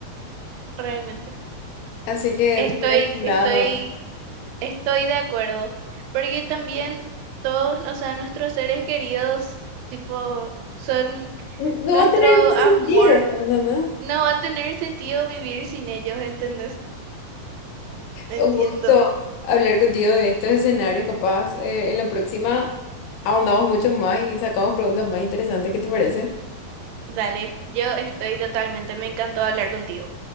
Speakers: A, on the right; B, on the left.
A: Realmente.
B: Así que
A: Estoy,
B: por ese lado,
A: estoy, estoy de acuerdo. Porque también todos, o sea, nuestros seres queridos, tipo, son
B: no
A: nuestro
B: va a tener
A: amor
B: más sentido. ¿no? no.
A: No va a tener sentido vivir sin ellos, ¿entendés? Entiendo.
B: Un gusto hablar contigo de estos escenarios, capaz. eh, en la próxima ahondamos mucho más y sacamos preguntas más interesantes. ¿Qué te parece?
A: Dale, yo estoy totalmente, me encantó hablar contigo.